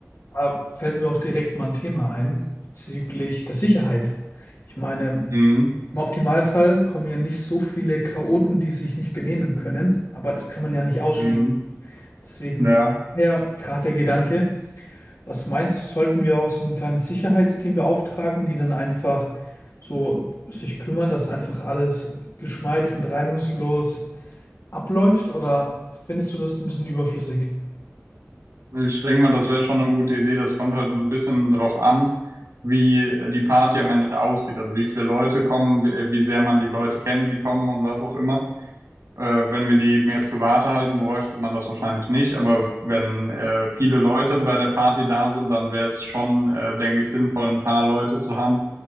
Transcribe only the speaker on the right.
Mhm.
Mhm.
Ja,
ich denke mal, das wäre schon eine gute Idee. Das kommt halt ein bisschen drauf an, wie die Party am Ende aussieht. Also wie viele Leute kommen, wie wie sehr man die Leute kennt, die kommen und was auch immer. Äh, wenn wir die mehr private halten, bräuchte man das wahrscheinlich nicht. Aber wenn äh, viele Leute bei der Party da sind, dann wäre es schon, äh, denke ich, sinnvoll, ein paar Leute zu haben,